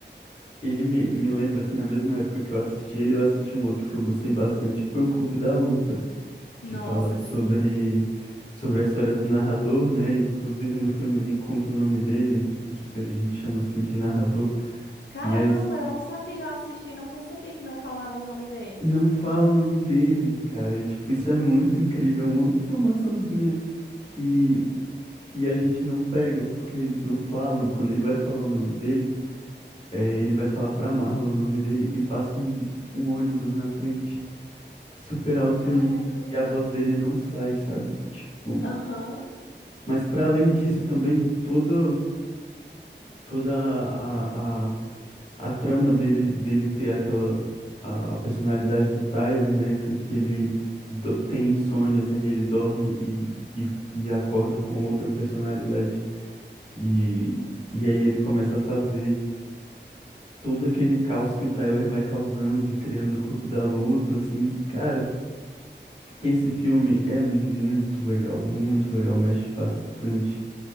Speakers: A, on the left; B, on the left.
A: ele me, me lembra, assim, na mesma época que eu assisti ele, eu assisti um outro que eu gostei bastante, que foi o Clube da Luta,
B: Nossa,
A: que fala sobre,
B: sim.
A: sobre a história do narrador, né? E, Inclusive no filme nem conta o nome dele, por isso a gente chama assim de narrador,
B: Caramba,
A: mas
B: eu não sabia, eu assisti e não percebi que não falava o nome dele.
A: não fala o nome dele, cara. E, tipo, isso é muito incrível, é uma informaçãozinha que, que a gente não pega, porque eles não falam. Quando ele vai falar o nome dele. é, ele vai falar pra Marla o nome dele e passa um, um ônibus na frente, super alto
B: Caramba.
A: e, e a voz dele não sai, sabe? Tipo,
B: Aham.
A: mas pra além disso também toda toda a, a, a trama dele dele ter aquela a, a personalidade do Tyler, né, que, que ele do- tem insônias, aí ele dorme e, e, e acorda com outra personalidade e E aí ele começa a fazer todo aquele caos que o Tyler vai causando e criando o Clube da Luta, assim, cara, esse filme é muito legal, muito legal, mexe bastante